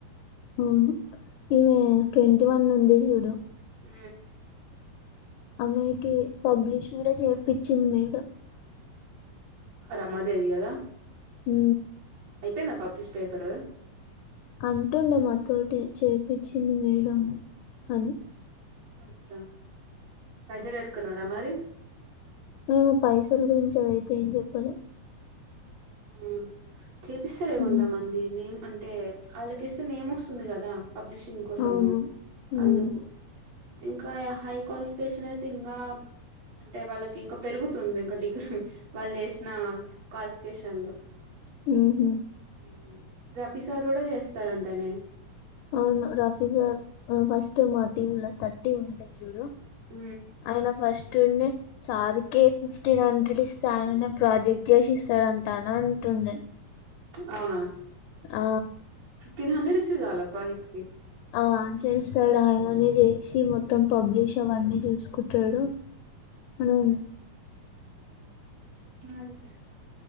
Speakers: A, on the left (about 80°); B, on the right (about 55°).
A: ఊ ఈమె ట్వంటీ వన్ ఉంది చూడు
B: ఊ
A: అందుకే పబ్లిష్ కూడా చేపించింది మేడం
B: రమాదేవి కదా
A: ఊ
B: అయిపోయిందా పబ్లిష్ పేపరు
A: అంటుండే మాతోటి చేపించింది మేడం అని
B: అ అచ్చ ప్రెషర్ పెట్కున్నార మరి
A: ఏమో పైసల గురించి అడిగితే ఏం చెప్పలే
B: ఆ చేపిస్తారే
A: హ్మ్.
B: కొంతమంది నేమ్ అంటే వాళ్ళకేస్తే నేమ్ వస్తుంది కదా పబ్లిషింగ్ కోసమూ
A: అవును. హ్మ్.
B: అందుకు ఇంకా హై క్వాలిఫికేషన్ అయితే ఇంకా అంటే వాళ్ళకి ఇంకా పెరుగుతుంది ఇంకా డిగ్రీ వాళ్ళు చేసిన కాలిఫ్ కేశన్లో
A: ఉహు
B: ఊ రఫీ సార్ కూడా చేస్తాడంటనే
A: అవును రఫీసర్ ఫస్ట్ మా టీమ్ లో థర్టీ ఉంటయి చూడు
B: ఊ
A: ఆయన ఫస్టుండే సార్కి ఫిఫ్టీన్ హండ్రెడ్ ఇస్తే ఆయననే ప్రాజెక్ట్ చేసి ఇస్తాడంటాన అంటుండే
B: అవునా
A: ఆ
B: ఫిఫ్టీన్ హండ్రెడ్ ఇస్తే చాలా ప్రాజెక్ట్ కి
A: ఆ చేస్తాడు ఆయననే చేసి మొత్తం పబ్లిష్ అవన్నీ చూసుకుంటాడు ఊహు
B: నైస్